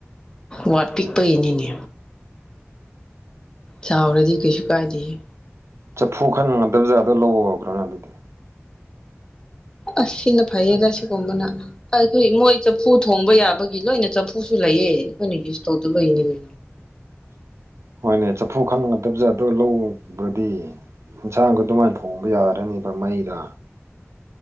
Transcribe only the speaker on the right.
ꯆꯐꯨ ꯈꯟꯒꯗꯕ ꯖꯥꯒꯥꯗꯣ ꯂꯧꯕ ꯑꯣꯏꯕ꯭ꯔꯣꯅ ꯑꯗꯨꯗꯤ
ꯍꯣꯏꯅꯦ ꯆꯐꯨ ꯈꯪꯒꯗꯕꯖꯥ ꯑꯗ ꯂꯧꯕꯨꯗꯤ ꯏꯟꯁꯥꯡꯒ ꯑꯗꯨꯃꯥꯏꯅ ꯊꯣꯡꯕ ꯌꯥꯔꯂꯤꯕ ꯃꯩꯗ